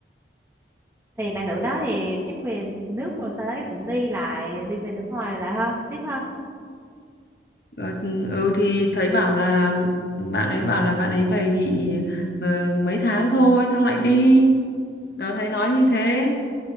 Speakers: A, on the right (about 15°); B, on the left (about 60°).
A: thì bạn nữ đó thì chắc về nước rồi sau đó chắc cũng đi lại đi về nước ngoài lại ha tiếp ha
B: Ờ, ừ thì thấy bảo là bạn ấy bảo là bạn ấy về nghỉ ờ, mấy tháng thôi xong lại đi đó thấy nói như thế